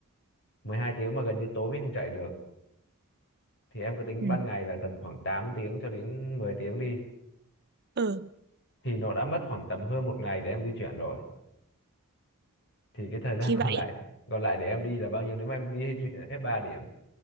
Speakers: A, on the left; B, on the right.
A: mười hai tiếng mà gần như tối mình không chạy được thì em cứ tính
B: Ừ.
A: ban ngày là tầm khoảng 8 tiếng cho đến 10 tiếng đi
B: Ừ.
A: thì nó đã mất khoảng tầm hơn một ngày để em di chuyển rồi thì cái thời <laughs> gian
B: thì
A: còn
B: vậy
A: lại còn lại để em đi là bao nhiêu nếu mà em đi hay di chuyển hết 3 điểm